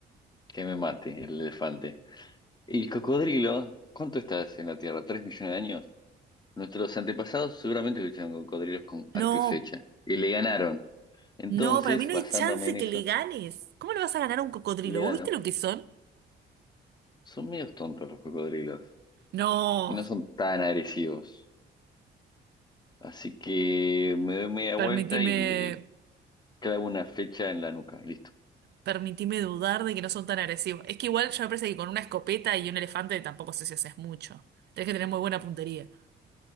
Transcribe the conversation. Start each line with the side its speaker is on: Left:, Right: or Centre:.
Left: que me mate el elefante. Y el cocodrilo, ¿cuánto estás en la Tierra? ¿Tres millones de años? Nuestros antepasados seguramente lucharon con cocodrilos con arco
Right: No,
Left: y flecha. Y le ganaron. Entonces,
Right: no, para mí no
Left: basándome
Right: hay chance
Left: en
Right: que
Left: eso,
Right: le ganes. ¿Cómo le vas a ganar a un cocodrilo?
Left: le ganaron.
Right: ¿Vos viste lo que son?
Left: Son medios tontos los cocodrilos
Right: No,
Left: y no son tan agresivos. Así que me doy media
Right: permitime,
Left: vuelta y le clavo una flecha en la nuca. Listo.
Right: permitime dudar de que no son tan agresivos. Es que igual yo me parece que con una escopeta y un elefante tampoco sé si haces mucho. Tenés que tener muy buena puntería.